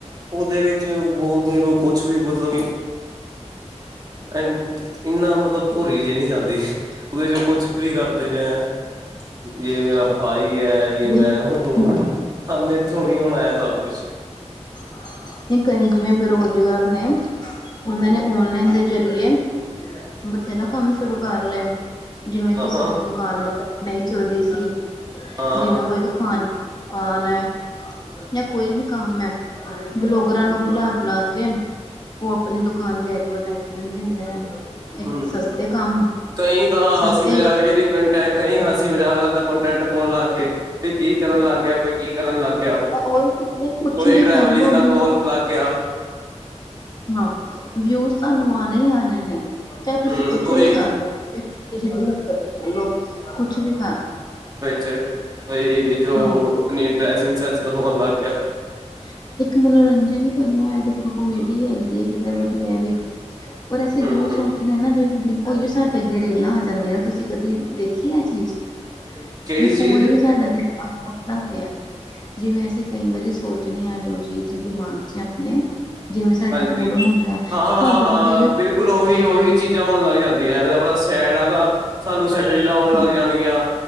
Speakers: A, on the right; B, on the left.
A: ਉਹਦੇ ਵਿੱਚ ਬੋਲਦੇ ਰਹੋ ਕੁਛ ਵੀ ਮਤਲਬ ਐ ਇੰਨਾ ਮਤਲਬ ਭੋਰੀ ਜੇ ਨਹੀ ਜਾਂਦੀ। ਉਹਦੇ ਚ ਕੁਛ ਵੀ ਕਰਦੇ ਪਏ ਐ, ਯੇ ਮੇਰਾ ਭਾਈ ਹੈ ਯੇ
B: ਬੇਰੁਜ਼ਗਾਰ
A: ਮੈਂ ਹੂ, ਹੂੰ, ਮੈਥੋਂ ਨੀ ਹੋਣਾ ਇਹ ਸਭ ਕੁਛ,
B: ਹ ਤੇ ਕਈ ਜਿਵੇਂ ਬੇਰੁਜ਼ਗਾਰ ਨੇ ਉਹਨਾਂ ਨੇ ਔਨਲਾਈਨ ਦੇ ਜ਼ਰੀਏ, ਬਥੇਰਾ ਕੰਮ ਸ਼ੁਰੂ ਕਰ ਲਿਆ। ਜਿਵੇਂ
A: ਹਾਂ
B: ਕਿਸੇ
A: ਹਾਂ
B: ਦੀ ਦੁਕਾਨ ਨਹੀ ਚੱਲਦੀ ਸੀ,
A: ਹਾਂ
B: ਜਿਵੇਂ ਕੋਈ ਦੁਕਾਨ, ਦੁਕਾਨ ਐ, ਜਾਂ ਕੋਈ ਵੀ ਕੰਮ ਹੈ ਬਲੋਗਰਾਂ ਨੂੰ ਬੁਲਾ-ਬੁਲਾ ਕੇ, ਉਹ ਆਪਣੀ ਦੁਕਾਨ ਦੀ ਐਡਵਰਟਜ਼ਮੈਂਟ ਦਿੰਦੇ ਨੇ।
A: ਹੂੰ,
B: ਸਸਤੇ ਕੰਮ
A: ਕਈ ਦਾ
B: ਸਸਤੇ
A: ਅਸੀਂ <unintelligible> ਲਈ ਜੀ। ਕੰਟ ਕਈ ਅਸੀ ਮਜ਼ਾਕ ਲ ਕੰਟੈਂਟ ਪਾਉਣ ਲੱਗ, ਗੇ ਤੇ ਕੀ ਕਰਨ ਲੱਗ ਗਿਆ ਕੋਈ ਕੀ ਕਰਨ ਲੱਗ ਗਿਆ।
B: ਉਹੀ ਕਹਿੰਦੇ ਕੁਛ
A: ਕੋਈ
B: ਵੀ
A: ਟਰੈਵਲਿੰਗ
B: ਕਰਲੋ
A: ਦਾ
B: ਵਿਊ
A: ਬੋਲ ਲੱਗ ਗਿਆ।
B: ਹਾਂ, ਵਿਊਜ਼ ਤੁਹਾਨੂੰ ਆਉਣੇ ਹੀ ਆਉਣੇ ਨੇ। ਚਾਹੇ
A: ਹੂੰ
B: ਤੁਸੀਂ ਕੁਛ
A: ਕੋਈ
B: ਵੀ ਕਰ ਲਓ ਸਿੱਧੀ ਹ ਕਰ ਲੋ ਕੁਛ ਵੀ ਕਰ
A: ਜ ਬਈ ਜੋ
B: ਹਾਂ
A: ਆਪਣੀ ਡਰੈਸਿੰਗ ਸੈਂਸ ਦਖਾਣ ਲੱਗ ਗਿਆ।
B: <unintelligible> ਇੱਕ ਮਨੋਰੰਜਨ ਹੀ ਬਣਿਆ ਹੋਇਆ ਦੇਖੋ ਕਮੇਡੀ ਹੈਗੀ ਇੱਕ ਤਰ੍ਹਾਂ ਦੀ ਇਹ ਵੀ। ਔਰ ਅਸੀਂ
A: ਹੂੰ
B: ਜੋ ਸੋਚਦੇ ਹੈ ਨਾ ਜੇ ਉਹੀਓ ਸਾਡੇ ਅੱਗੇ ਰੀਲਾਂ ਆ ਜਾਂਦੀਆ ਨੇ ਤੁਸੀਂ ਕਦੀ ਦੇਖੀ ਇਹ ਚੀਜ਼?
A: ਕਿਹੜੀ
B: ਵੀ
A: ਚੀਜ਼
B: ਫੋਨ ਵੀ ਸਾਡਾ ਦਿਮਾਗ ਪੜ੍ਹਦਾ ਪਿਆ। ਜਿਵੇਂ ਅਸੀਂ ਕਈ ਵਾਰੀ ਸੋਚਣੇ ਹਾਂ ਜੋ ਚੀਜ਼ ਦਿਮਾਗ ਚ ਆਪਣੇ ਜਿਵੇਂ ਸਾਡਾ
A: ਹਾਂਜੀ
B: ਮੂਡ ਹੁੰਦਾ
A: ਹਾਂ ਹਾਂ
B: ਫੋਨ
A: ਹਾਂ
B: ਤੇ ਓਹੀਓ
A: ਬਿਲਕੁਲ ਉਹੀ-ਉਹੀ ਚੀਜ਼ਾਂ ਹੋਣ ਲੱਗ ਜਾਂਦੀਆਂ ਆਪਣਾ ਸੈਡ ਆ ਦਾ ਸਾਨੂੰ ਸੈਡ ਰੀਲਾਂ ਆਉਣ
B: ਹਾਂ
A: ਲੱਗ ਜਾਣਗੀਆਂ।